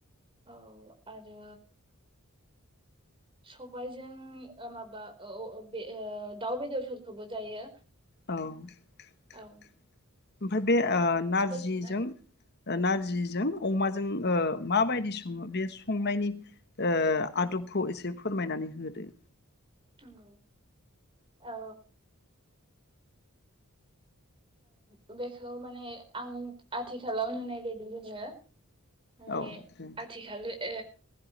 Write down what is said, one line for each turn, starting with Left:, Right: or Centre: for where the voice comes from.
Right: औ आरो सबाइजों ओ माबा ओ बे दाउ बेदरफोरखौबो जायो
Left: औ आमफाय
Right: औ
Left: बे ओ नारजिजों
Right: दोनथ'बाय।
Left: ओ नारजिजों अमाजों माबायदि ओ सङो बे संनायनि ओ आदबखौ एसे फोरमायनानै होदो
Right: नंगौ औ ओबेखौ माने आं आथिखालाव होननाय बायदि बुङो माने
Left: औ दे
Right: आथिखाल ए